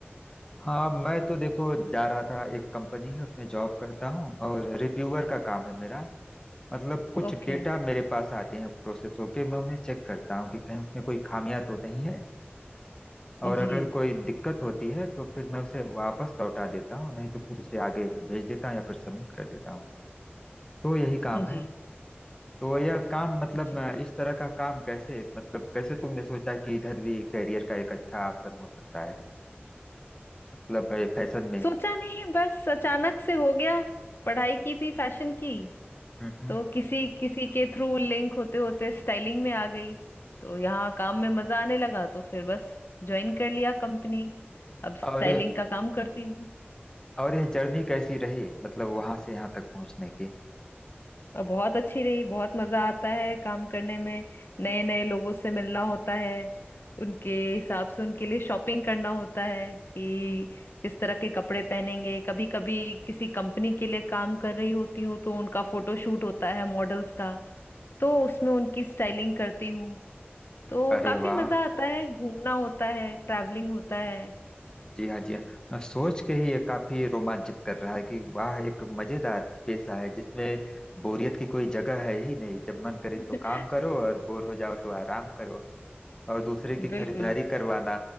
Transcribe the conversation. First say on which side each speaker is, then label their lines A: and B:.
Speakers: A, on the left (about 20°); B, on the left (about 60°).
A: हाँ मैं तो देखो जा रहा था एक कंपनी है उसमें जॉब करता हूँ और रिव्यूअर का काम है मेरा मतलब कुछ
B: ओके
A: डेटा मेरे पास आते हैं प्रोसेस होके मैं उन्हें चेक करता हूँ कि कहीं उसमें कोई खामियां तो नहीं है और
B: जी
A: अगर कोई दिक्कत होती है तो फिर मैं उसे वापस लौटा देता हूँ नहीं तो फिर उसे आगे भेज देता हूँ या फिर सबमिट कर देता हूँ तो यही काम
B: जी
A: है तो यह काम मतलब
B: जी
A: अ, इस तरह का काम कैसे मतलब कैसे तुमने सोचा कि इधर भी करियर का एक अच्छा ऑप्शन हो सकता है मतलब फैशन में
B: सोचा नहीं बस अचानक से हो गया पढ़ाई की थी फैशन की
A: हम्म हम्म।
B: तो किसी किसी के थ्रू लिंक होते होते स्टाइलिंग में आ गई तो यहाँ काम में मजा आने लगा तो फिर बस ज्वाइन कर लिया कंपनी अब स्टाइलिंग
A: और
B: का काम करती हूँ
A: और यह जर्नी कैसी रही मतलब वहां से यहाँ तक पहुंचने की
B: और बहुत अच्छी रही बहुत मजा आता है काम करने में नए नए लोगों से मिलना होता है उनके हिसाब से उनके लिए शॉपिंग करना होता है कि किस तरह के कपड़े पहनेंगे कभी कभी किसी कंपनी के लिए काम कर रही होती हूँ तो उनका फोटो शूट होता है मॉडल्स का तो उसमें उनकी स्टाइलिंग करती हूँ तो
A: अरे
B: काफी
A: वाह
B: मजा आता है घूमना होता है ट्रैवलिंग होता है
A: जी हाँ जी हाँ सोच के ही ये काफी रोमांचित कर रहा है कि वाह एक मजेदार पेशा है जिसमें बोरियत की कोई जगह है ही नहीं जब मन करे
B: <laughs>
A: तो काम करो और बोर हो जाओ तो आराम करो और दूसरे की खरीदारी
B: बिल्कुल
A: करवाना